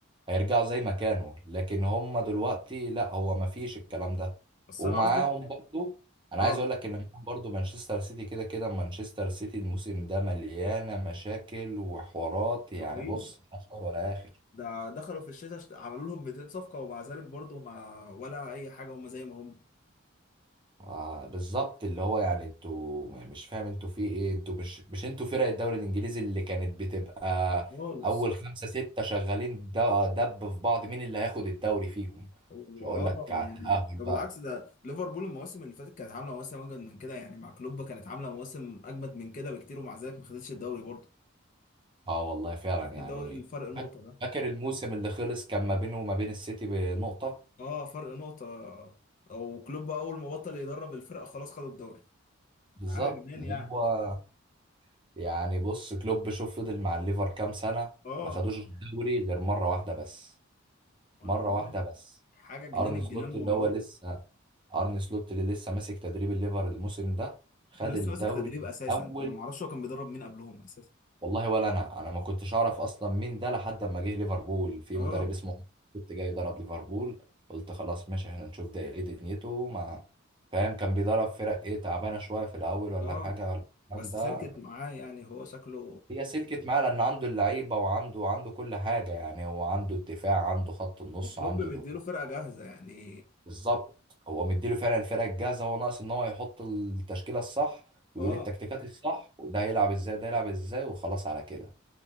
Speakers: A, on the right (about 25°); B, on the left (about 35°).
A: هيرجعوا زي ما كانوا لكن هما دلوقتي لا هو ما فيش الكلام ده
B: بس
A: ومعاهم
B: انا قصدي
A: برضو انا
B: اه
A: عايز اقول لك ان معاهم برضو مانشستر سيتي كده كده مانشستر سيتي الموسم ده مليانة مشاكل وحوارات يعني
B: رهيبه
A: بص ملهاش اول ولا اخر
B: ده دخلوا في الشتاء اشت- عملوا لهم 200 صفقه ومع ذلك برضه ما ولا اي حاجه هم زي ما هم
A: آه، بالظبط اللي هو يعني انتوا مش فاهم انتوا في ايه انتوا مش مش انتوا فرق الدوري الانجليزي اللي كانت بتبقى
B: خالص
A: اول خمسة ستة شغالين د- دب في بعض مين اللي هياخد الدوري فيهم
B: واه
A: مش هقول لك على
B: يعني
A: التأهل
B: ده
A: بقى
B: بالعكس ده ليفربول المواسم اللي فاتت كانت عامله مواسم اجمد من كده يعني مع كلوب كانت عامله مواسم اجمد من كده بكتير ومع ذلك ما خدتش الدوري برضه
A: اه والله فعلا
B: شفت
A: يعني
B: الدوري الفرق نقطه
A: فاك-
B: ده
A: فاكر الموسم اللي خلص كان ما بينه وما بين السيتي بنقطة
B: اه فرق نقطه وكلوب اول ما بطل يدرب الفرقه خلاص خدوا الدوري
A: بالظبط
B: حاجه جنان
A: اللي
B: يعني
A: هو يعني بص كلوب شوف فضل مع الليفر كام سنة
B: اه
A: ما خدوش الدوري غير مرة واحدة بس
B: انا
A: مرة
B: بقول
A: واحدة بس
B: حاجه جنان
A: ارني
B: الجنان
A: سلوت
B: والله
A: اللي هو لسه ارن سلوت اللي لسه ماسك تدريب الليفر الموسم ده خد
B: انا لسه
A: الدوري
B: ماسك تدريب اساسا
A: الاول
B: انا ما اعرفش هو كان بيدرب مين قبلهم اساسا
A: والله ولا انا انا ما كنتش اعرف اصلا مين ده لحد ما جه ليفربول في
B: اه
A: مدرب اسمه كنت جاي يدرب ليفربول قلت خلاص ماشي احنا نشوف ده ايه دنيته ما فاهم كان بيدرب فرق ايه تعبانه شويه في الاول ولا
B: اه
A: حاجه ولا الكلام
B: بس
A: ده
B: سلكت معاه يعني هو شكله
A: هي سلكت معاه لان عنده اللعيبه وعنده عنده كل حاجه يعني هو عنده الدفاع عنده خط النص
B: وكلوب
A: عنده
B: مديله
A: الهجوم
B: فرقة جاهزة يعني
A: بالظبط هو مديله فعلا الفرقه الجاهزه هو ناقص ان هو يحط التشكيله الصح ويقول
B: اه
A: التكتيكات الصح وده هيلعب ازاي ده هيلعب ازاي وخلاص على كده